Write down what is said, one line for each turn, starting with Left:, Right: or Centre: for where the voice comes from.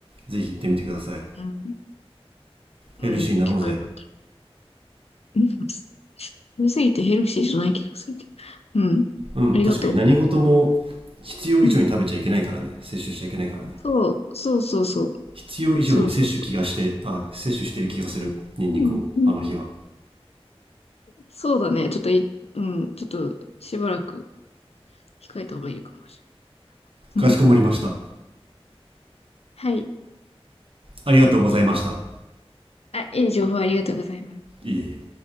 Right: ぜひ行ってみてください
Left: うん。うん。
Right: ヘルシーになろうぜ
Left: 機械だったら。うん食べ過ぎてヘルシーじゃない気がするけど。うん。
Right: うん確かに何事も必要以上に食べちゃいけないからね摂取しちゃいけないからね
Left: ありがとう。うん。そう、そうそうそう。
Right: 必要以上に摂取気がしてあ摂取してる気がするニンニクをあの日は
Left: そうそうそう。うん。うん。そうだね。ちょっとい、うん、ちょっとしばらく控えた方がいいかもし
Right: かしこまりました
Left: れない。<laughs> はい。
Right: ありがとうございました
Left: いあ、いい情報ありがとうございます。
Right: いえいえ